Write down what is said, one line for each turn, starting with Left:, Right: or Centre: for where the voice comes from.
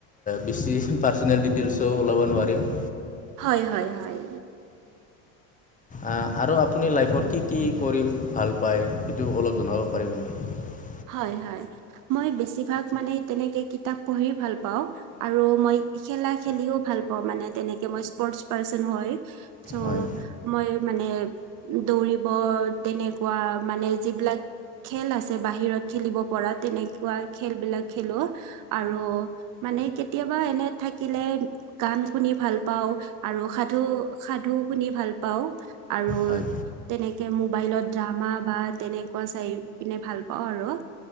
Left: বেছি পাৰ্চনেল ডিটেইলছো ওলাব নোৱাৰিম।
Right: হয়, হয়, হয়।
Left: আহ আৰু আপুনি লাইফত কি, কি কৰি ভাল পায় সেইটো অলপ জনাব পাৰিব নেকি।
Right: হয়, হয়। মই বেছিভাগ মানে তেনেকে কিতাপ পঢ়ি ভাল পাওঁ আৰু মই খেলা খেলিও ভাল পাওঁ মানে তেনেকে মই স্পৰ্টচ পাৰ্চন হয় চ'
Left: হয়
Right: মই মানে দৌৰিব তেনেকুৱা মানে, যিবিলাক খেল আছে বাহিৰত খেলিব পৰা তেনেকুৱা খেল বিলাক খেলো আৰু মানে, কেতিয়াবা এনে থাকিলে গান শুনি ভাল পাওঁ আৰু সাধু সাধু শুনি ভাল পাওঁ আৰু
Left: হয়
Right: তেনেকে মোবাইলত ড্ৰামা বা তেনেকুৱা চাই পিনে ভাল পাওঁ আৰু